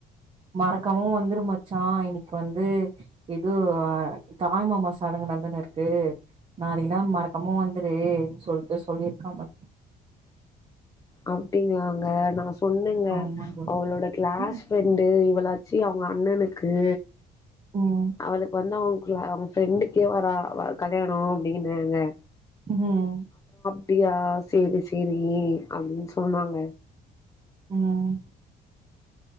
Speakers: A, on the right (about 30°); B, on the left (about 20°).
A: மறக்காமவு வந்துருமச்சா இன்னைக்கு வந்து ஏதோ ஆ தாய் மாமா சடங்கு நடந்துன்னு இருக்கு நாளைகெல்லா மறக்காம வந்துரு சொல்லிட்டு சொல்லியிருக்கா
B: அப்புடிங்களாங்க நா சொ பொண்ணுங்க
A: ஆமா தோழி
B: அவளோட கிளாஸ்
A: ம்
B: ஃப்ரெண்டு் இவள சீ அவங்க அண்ணனு க்கு
A: ம்
B: அவளுக்கு வந்து அவங்க ஃப்ரெண்டு கேமரா கல்யாண அப்புடின்னு ஹே ஹே ஹே
A: அஹும்
B: அப்புடியா சேரி சேரி அப்பபுடின்னு சொன்னாங்க
A: உம்